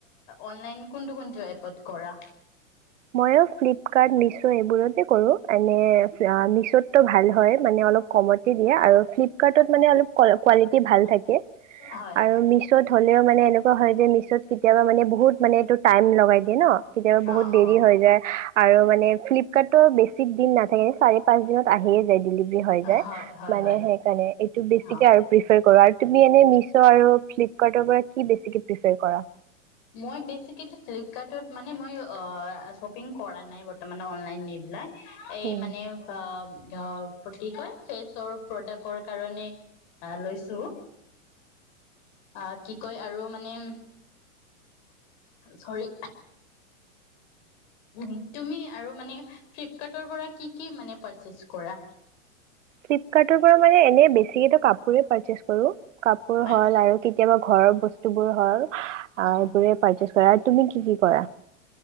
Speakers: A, on the left; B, on the right.
A: অনলাইন কোনটো কোনটো এপত কৰা?
B: ময়ো ফ্লিপকাৰ্ট, মিছ এইবোৰতে কৰো। এনে মিছত। টো ভাল হয় মানে অলপ- কমতে দিয়ে আৰু ফ্লিপকাৰ্টত মানে অলপ কোৱালিটি ভাল থাকে,
A: হয়,
B: আৰু মিছ'ত হ'লেও মানে এনেকুৱা হয় যে মিছ'ত কেতিয়াবা মানে বহুত মানে এইটো- টাইম লগাই দিয়ে ন? কেতিয়াবা বহুত-
A: অ',
B: দেৰি
A: অ',
B: হৈ যায় আৰু মানে- ফ্লিপকাৰ্টটো বেছি দিন নথাকে চাৰি পাঁচ দিনত আহিয়ে যায় ডিলি- ডিলিভাৰি হৈ যায়
A: হয়, হয়,
B: মানে
A: হয়।
B: সেইকাৰণে এইটো বেছিকে
A: অ',
B: আৰু প্ৰিফাৰ কৰাৰ- তুমি এনে মিছ' আৰু ফ্লিপকাৰ্টৰ পৰা কি বেছিকে প্ৰিফাৰ কৰা।
A: মই বেছিকে ফ্লিপকাৰ্টত মানে মই শ্বপিং কৰা নাই বৰ্তমানত অনলাইন এইবিলাক। এই
B: উম।
A: মানে অ, ধ- প্ৰতি কয় ফেচৰ প্ৰডাক্টৰ কাৰণে, আহ লৈছো, আহ কি কয় আৰু মানে- চৰি- উম তুমি আৰু মানে ফ্লিপকাৰ্টৰ পৰা কি কি মানে পাৰ্ছেজ কৰা?
B: ফ্লিপকাৰ্টৰ পৰা মানে এনে বেছি ত। কাপোৰে পাৰ্চেছ কৰো। কাপোৰ
A: হয়
B: হ'ল আৰু কেতিয়াবা- ঘৰৰ বস্তু। বুো হয় এইবোৰে
A: অ',
B: পাৰ্চেজ কৰা আৰু তুমি কি কি কৰা?